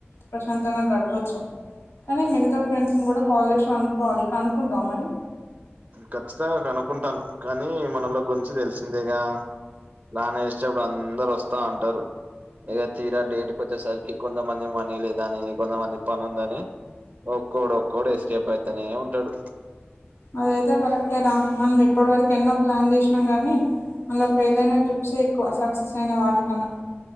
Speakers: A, on the left; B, on the right.
A: ప్రశాంతంగా గడపచ్చు. కానీ మిగతా ఫ్రెండ్స్ని కూడా కాల్ చేశి కనుక్కోవాలి కనుక్కుంటవా మరి.
B: ఖచ్చితం కనుకుంటాను. కానీ మనోల్ల గురించి తెలిసిందేగా. ప్లాన్ ఏస్టప్పుడు అందరు వస్తా అంటరు. ఇగ తీరా డేట్ కోచ్చేసరికి కొంతమంది మనీ లేదని, కొంతమంది పనుందని ఒక్కోడు ఒక్కోడు ఎస్కేప్ అయితనే ఉంటడు.
A: అదైతే కరెక్టేరా. మనం ఇప్పటివరకు ఎన్నో ప్లాన్ చేశినం కానీ మళ్ళా ఫెయిల్ అయిన ట్రిప్సే ఎక్కువ సక్సెస్ అయిన వాటికన్నా.